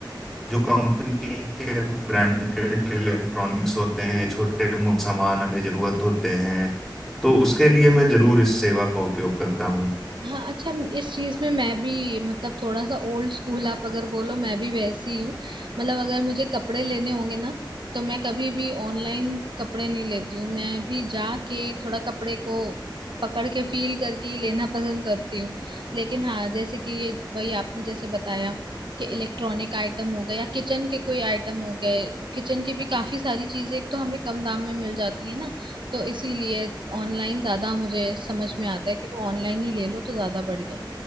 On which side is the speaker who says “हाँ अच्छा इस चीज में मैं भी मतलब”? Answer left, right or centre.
Right